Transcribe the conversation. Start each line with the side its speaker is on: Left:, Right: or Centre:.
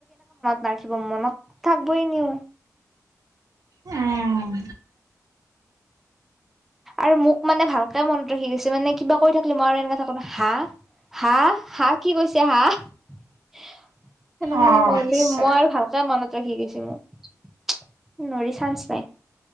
Centre: ৰাখিব মনত থাকিবই নিও।
Right: উম।
Centre: আৰু মোক মানে ভালকে মনত ৰাখি গৈছে। মানে কিবা কৈ থাকিলি মায়ে আৰু এনেকোৱা কথা কয় হাঁহ। হা হা কি কৈছ? টা সেনেকে
Right: অ',
Centre: নকলি
Right: আচ্ছা
Centre: মই আৰু ভালকে মনত। ৰাখি গৈছে মই নোৱাৰি চান্স নাই।